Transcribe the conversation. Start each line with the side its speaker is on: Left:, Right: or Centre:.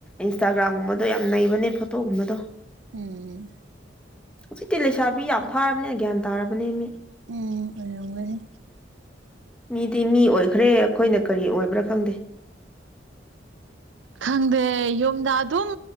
Centre: ꯏꯟꯁꯇꯥꯒ꯭ꯔꯥꯝꯒꯨꯝꯕꯗꯣ ꯌꯥꯝ ꯅꯩꯕꯅꯦ ꯐꯣꯇꯣꯒꯨꯝꯕꯗꯣ꯫
Right: ꯎꯝ꯫
Centre: ꯍꯧꯖꯤꯛꯇꯤ ꯂꯩꯁꯥꯕꯤ ꯌꯥꯝ ꯐꯥꯔꯕꯅꯦꯅ ꯒ꯭ꯌꯥꯟ ꯇꯥꯔꯕꯅꯦ ꯃꯤ꯫
Right: ꯎꯝ ꯑꯣꯏꯔꯝꯒꯅꯤ꯫
Centre: ꯃꯤꯗꯤ ꯃꯤ ꯑꯣꯏꯈ꯭ꯔꯦ ꯑꯈꯣꯏꯅ ꯀꯔꯤ ꯑꯣꯏꯕ꯭ꯔꯥ ꯈꯪꯗꯦ꯫
Right: ꯈꯪꯗꯦ ꯌꯨꯝꯗ ꯑꯗꯨꯝ